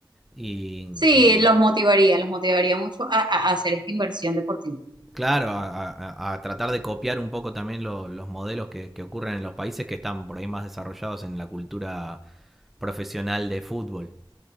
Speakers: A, in the centre; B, on the right.
A: y,
B: sí,
A: y
B: los motivaría, los motivaría mucho a a- a hacer esta inversión deportiva.
A: claro, a, a- a tratar de copiar un poco también lo- los modelos que, que ocurren en los países que están por ahí más desarrollados en la cultura profesional de fútbol.